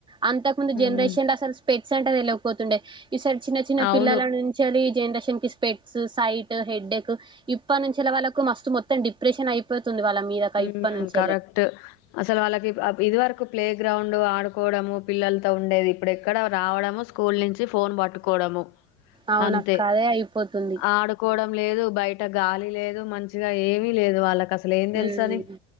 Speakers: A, on the right; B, on the left.
A: అంతకు ముందు జనరేషన్
B: ఉమ్,
A: లో అసలు స్పెట్స్ అంటె తెల్వది క్ పోతుండే ఈసారి చిన్న చిన్న
B: అవును
A: పిల్లల నుంచిలి జనరేషన్ స్పెక్ట్స్ సైట్ హెడేక్ ఇప్పటి నుంచెలే వాళ్ళకు మస్తు మొత్తం డిప్రెషన్ అయిపో స్తుంది వాళ్ళ మీదక
B: హ్మ్.
A: ఇప్పటి నుంచి
B: కరెక్ట్ అసలు వాళ్ళకి ఆ ఇది వరకు ప్లే గ్రౌండ్ ఆడు డ్కోవడం పిల్లలతో ఉండేది ఇప్పుడు ఎక్కడ రావడము స్కూల్ నుంచి ఫోన్ పట్టుకోవడము
A: అవునక్క
B: అంతే.
A: అదే అయిపోతుంది
B: ఆడుకోవడం లేదు బయట గాలి లేదు మంచిగా ఏమీ లేదు వాళ్ళకి అసలు ఏం తెలుసు
A: ఉమ్
B: ని